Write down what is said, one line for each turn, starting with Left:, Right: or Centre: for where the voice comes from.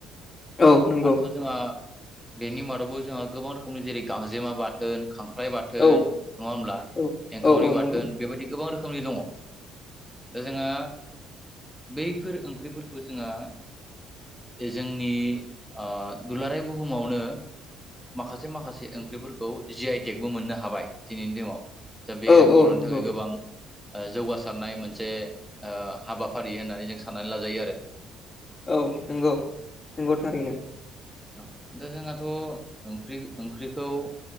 Left: औ नंगौ।
Centre: आरोथ' जोंहा बेनि मादावबो जोंहा गोबां रोखोमनि जेरै गांजेमा बाथोन, खां ख्राइ बाथोन
Left: औ
Centre: नङा होमब्ला?
Left: औ
Centre: एंखावरि
Left: औ औ नंगौ
Centre: बाथोन बेबायदि गोबां रोखोमनि दङ। दा जोङो बैफोर ओंख्रिफोरखौ जोङो जोंनि ओ दुलाराय बुहुमावनो माखासे माखासे ओंख्रिफोरखौ जि आइ टेकबो मोननो हाबाय दिनैनि दिनाव। दा बे
Left: औ औ
Centre: बर'नि
Left: नंगौ
Centre: थाखाय गोबां जौगासारनाय मोनसे हाबाफारि होननानै जों साननानै लाजायो आरो।
Left: औ नंगौ, नंगौ थारैनो।
Centre: औ दा जोंहाथ' ओंख्रि ओंख्रिखौ